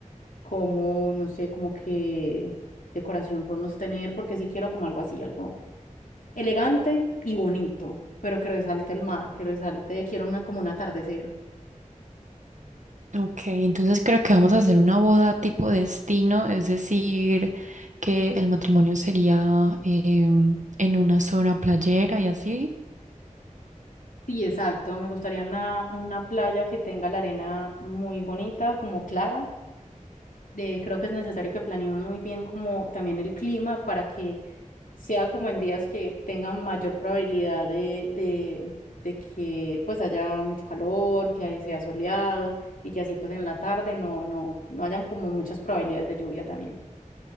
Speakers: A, on the left; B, on the right.
A: Como, no sé, como que decoración podemos tener, porque sí quiero como algo así, algo elegante y bonito, pero que resalte el mar, que resalte, quiero una como un atardecer.
B: Ok, entonces creo que vamos a hacer una boda tipo destino, es decir, que el matrimonio sería em, en una zona playera y así.
A: Sí, exacto. Me gustaría una, una playa que tenga la arena muy bonita, como clara. De, creo que es necesario que planeemos muy bien como también el clima para que sea como en días que tengan mayor probabilidad de, de, de que pues haya mucho calor, que ahí sea soleado y que así pues en la tarde no, no, no hayan como muchas probabilidades de lluvia también.